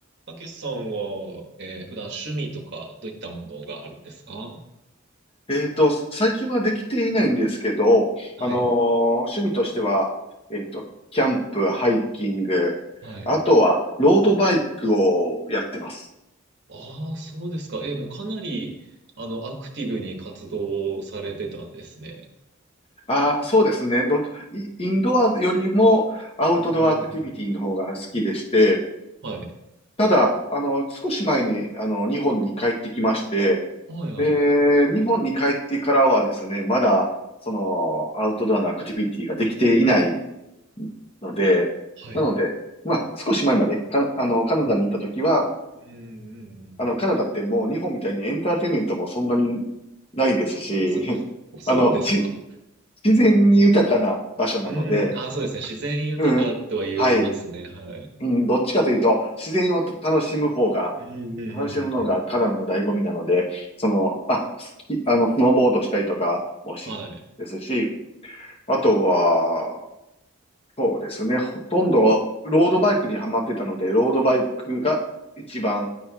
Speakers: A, on the right; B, on the left.
A: たけしさんは、えー普段趣味とかどういったものがあるんですか
B: えっと、最近はできていないんですけど、
A: はい。
B: あのー趣味としては、えっと、キャンプ、ハイキング、
A: はい。
B: あとは、ロードバイクをやってます。
A: ああ、そうですか。えーもうかなり、あの、アクティブに活動されてたんですね。
B: ああ、そうですね。どっち、イインドアよりもアウトドアアクティビティの方が好きでして、
A: うんうんうんはい。
B: ただ、あの、少し前に、あの、日本に帰ってきまして、
A: はいはい。
B: で、日本に帰ってからはですね、まだ、その、アウトドアのアクティビティができていないので、
A: はい。
B: なので、まあ、少し前まで、か、あの、カナダにいたときは、
A: うん。うんうん
B: あの、カナダってもう日本みたいにエンターテインメントもそんなにないですし、
A: そ、
B: <laughs>
A: そうですか。
B: あの、し、自然豊かな場所なので、
A: うん。ああ、そうですね。自然豊かとは言いますね。
B: うん、はい、
A: はい。
B: うん、どっちかというと、自然を楽しむ方が、
A: うん。ううんうんうんうん。
B: 楽しむのがカナダの醍醐味なので、その、あ、スキ、あの、スノーボードしたりとかもし、
A: はい。
B: ですし、あとは、そうですね。ほとんどロードバイクにはまってたので、ロードバイクが一番